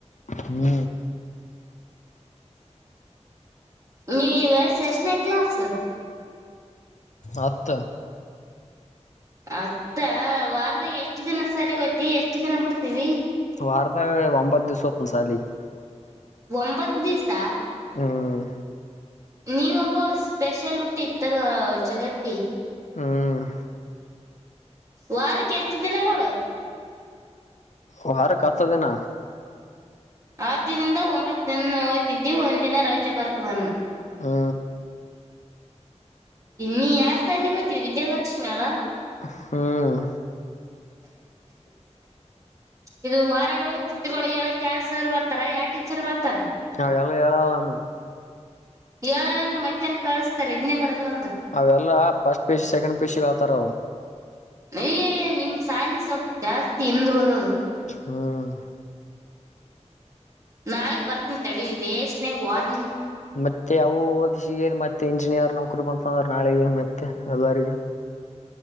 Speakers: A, on the left; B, on the right.
A: ಹ್ಮ್
B: ನೀನ್ ಇ ವರ್ಷ್ ಎಸ್ಟ್ನೆ ಕ್ಲಾಸು.
A: ಹತ್ತು
B: ಹತ್ತ ವಾರದಾಗ ಎಷ್ಟ ದಿನ ಸಾಲಗೋಯ್ತಿ ಎಷ್ಟ್ ದಿನ ಬಿಡ್ತೀದಿದಿ.
A: ವಾರ್ದಾಗ ಒಂಬತ್ತು ದಿಸ ಹೊತ್ತಿನ್ ಸಾಲಿಗೆ.
B: ಒಂಬತ್ ದಿಸ.
A: ಹ್ಮ್
B: ನೀನ್ ಒಬ್ಬ ಸ್ಪೆಷಲ್ ಹುಟ್ಟಿ ತಗ ಜಗತ್ತಿಗೆ
A: ಹ್ಮ್
B: ವಾರಕ್ಕೆ ಎಷ್ಟು ದಿನಗಳು.
A: ವಾರಕ್ ಹತ್ತು ದಿನ.
B: ಹತ್ತುದಿಂದಗ್ ಒಂಬತ್ತು ಹೋಯ್ತಿದ್ದಿ ಒಂದಿನ ರಜೆ ಬರ್ತದೆನೂ.
A: ಹ್ಮ
B: ನೀ ಯಾವ್ ಸಾಲಿಗ್ ಹೊತ್ತಿದಿ ವಿದ್ಯಾಲಕ್ಷ್ಮಿ ಅಲ.
A: ಹ್ಮ್
B: ಇದು ವಾರಗಳು ತಿತ್ಗಳು ಹೇಳಕ್ ಯ ಸರ್ ಬರ್ತಾರ ಯಾವ ಟೀಚರ್ ಬರ್ತಾರ
A: ಹ ಎಲ್ಲ ಎಳಲ್ಲಾಮ
B: ಏ ಅಂದ್ರೆ ಮತ್ತಹನ್ ಕಳಸ್ತಾರೆ ಇದನ್ನೇ ಬರಲ್ಲ ಅ
A: ಅವೆಲ್ಲಾ ಫಸ್ಟ್ ಪೀಸ್ ಸೆಕೆಂಡ್ ಪೀಶಿಗೆತಾರ ಅವ
B: ಅಯ್ಯಯ್ಯ ನಿಮ್ ಸಾಲಿ ಸ್ವಲ್ಪ್ ಜಾಸ್ತಿ ಹಿಂದರುಳ
A: ಹ್ಮ್
B: ನಾಳಗ್ ಬರ್ತೀನ ತಡಿ ಬೇಷ್ಟನೆಗ್ ವಾರ
A: ಮತ್ತೆ ಅವು ಓದ್ ಸಿಗ ಮತ್ತೆ ಇಂಜಿನಿಯರ್ ನೌಕರಿ ಬಂತ ನಾಳೆಗೆ ಮೆತ್ತೆ ಎಲ್ಲರಿಗ